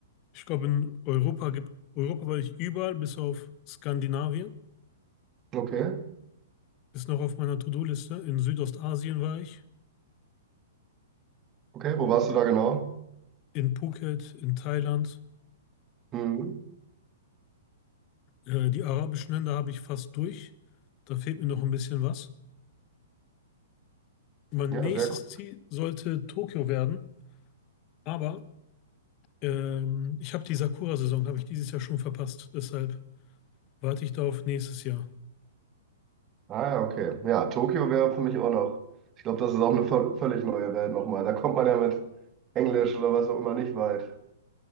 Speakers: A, on the left (about 35°); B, on the right (about 25°).
A: Ich glaube, in Europa gibt, Europa war ich überall, bis auf Skandinavien.
B: Okay,
A: Ist noch auf meiner To-Do-Liste. In Südostasien war ich,
B: okay, wo warst du da genau?
A: in Phuket, in Thailand.
B: Mhm.
A: Äh, die arabischen Länder habe ich fast durch. Da fehlt mir noch ein bisschen was. Mein
B: Ja,
A: nächstes
B: sehr gut.
A: Ziel sollte Tokio werden, aber Ähm, ich habe die Sakura-Saison, habe ich dieses Jahr schon verpasst. Deshalb warte ich da auf nächstes Jahr.
B: Ah, ja, okay. Ja, Tokio wäre für mich auch noch. Ich glaube, das ist auch eine völ- völlig neue Welt nochmal. Da kommt man ja mit Englisch oder was auch immer nicht weit.